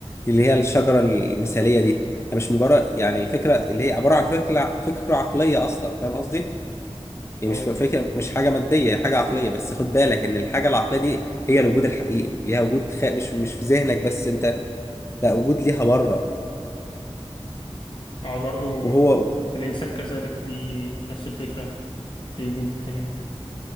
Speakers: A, on the left; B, on the left.
A: اللي هي الشجرة المثالية دي هي مش مجرد يعني الفكرة اللي هي عبارة عن فكرة فكرة عقلية أصلا فاهم قصدي؟ هي
B: أو
A: مش فكرة مش حاجة مادية هي حاجة عقلية بس خد بالك إن الحاجة العقلية دي هي الوجود الحقيقي ليها وجود خ... مش مش في ذهنك بس أنت لا وجود ليها بره
B: أو برضو
A: وهو
B: الإنسان كذلك ليه نفس الفكرة ليه وجود تاني برضه.